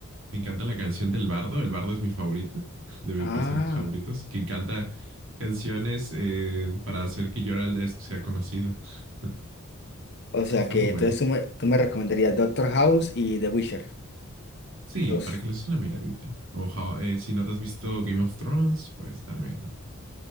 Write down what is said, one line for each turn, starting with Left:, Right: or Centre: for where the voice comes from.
Right: Me encanta la canción del Bardo. El Bardo es mi favorito, de mis
Left: Ah,
Right: personajes favoritos, que canta canciones eh, para hacer que Gerald de Riv sea conocido. <laughs>
Left: o sea
Right: Está
Left: que
Right: muy buena.
Left: entonces tú me, tú me recomendarías Doctor House y The Witcher.
Right: Sí,
Left: Dos.
Right: para que le des una miradita. O How- eh, si no te has visto Game of Thrones, pues también. ¿No,